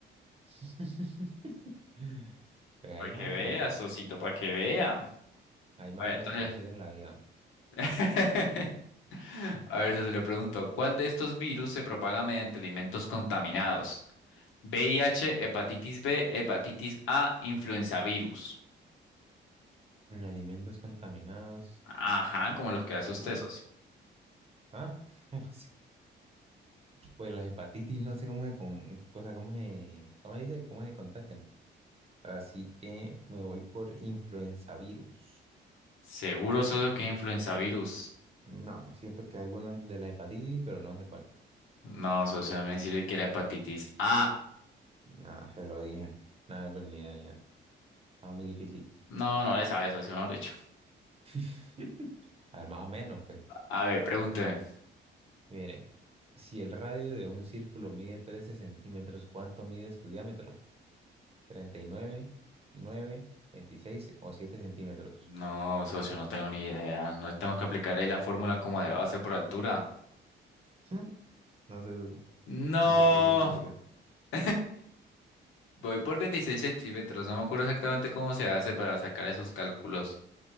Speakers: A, on the right (about 30°); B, on the left (about 80°).
A: <laughs> Pues ahí
B: Para que
A: más o menos,
B: vea,
A: ¿no?
B: socito, para que vea.
A: Hay más
B: A ver,
A: cosas
B: entonces.
A: que hacer en la vida.
B: <laughs> A ver, se le pregunto, ¿cuál de estos virus se propaga mediante alimentos contaminados? VIH, hepatitis B, hepatitis A, influenza virus.
A: Mm, Alimentos contaminados.
B: Ajá, como los que hace usted,
A: Uf,
B: socio.
A: ¿ah? <laughs> ¿Cómo así? Pues las hepatitis, no sé cómo se, con, cosa, cómo se, cómo se dice, cómo se contagian. Así que me voy por influenza virus.
B: Seguro, socio, que es influenza virus.
A: No, siento que alguna de la hepatitis, pero no sé cuál.
B: No, socio, me decirle que era hepatitis A.
A: Ah, se lo dije. Nada, pero ni idea, ni idea. Está muy difícil.
B: No, no le sabe, socio, mejor dicho.
A: <laughs> A ver, más o menos, pues.
B: A ver, pregúnteme.
A: Mire, si el radio de un círculo mide 13 centímetros, ¿cuánto mide su diámetro? Treinta y nueve, 9, 26 o 7 centímetros?
B: No, socio, no tengo ni idea. No tengo que aplicar ahí la fórmula como de base por altura.
A: Hmm, No sé, socio.
B: No.
A: yo perdí matemática.
B: <laughs> Voy por 26 centímetros, no me acuerdo exactamente cómo se hace para sacar esos cálculos.